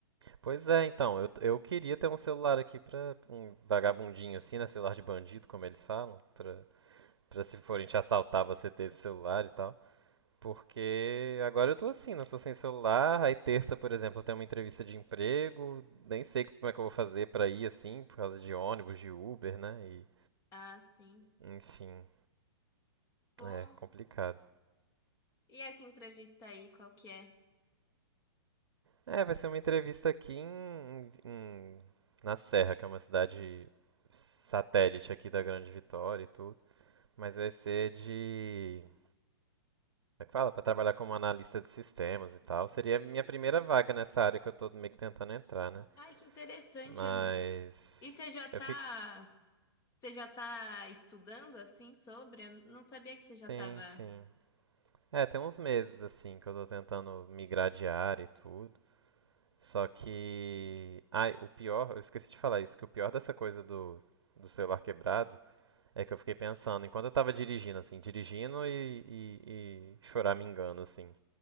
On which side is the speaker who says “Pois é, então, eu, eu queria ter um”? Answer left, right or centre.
Right